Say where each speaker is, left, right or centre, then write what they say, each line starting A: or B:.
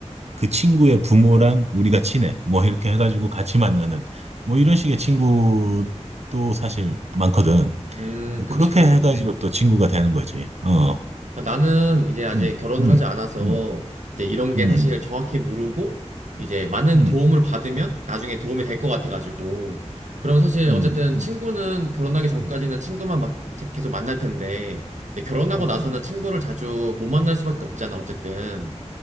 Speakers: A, on the right; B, on the right.
A: 그 친구의 부모랑 우리가 친해. 뭐 이렇게 해가지고 같이 만나는, 뭐 이런 식의 친구도 사실 많거든.
B: 음, 그치,
A: 그렇게
B: 그렇겠네.
A: 해가지고 또 친구가 되는 거지. 어,
B: 음. 나는 이제 아직
A: 음,
B: 결혼을
A: 음.
B: 하지 않아서
A: 음.
B: 이제 이런 게
A: 음,
B: 사실 정확히 모르고 이제 많은
A: 음,
B: 도움을 받으면
A: 음,
B: 나중에 도움이 될 것 같아가지고 그럼 사실
A: 음,
B: 어쨌든 친구는
A: 음,
B: 결혼하기 전까지는
A: 음,
B: 친구만 막 제- 계속 만날 텐데 이제 결혼하고
A: 음.
B: 나서는 친구를 자주 못 만날 수밖에 없잖아 어쨌든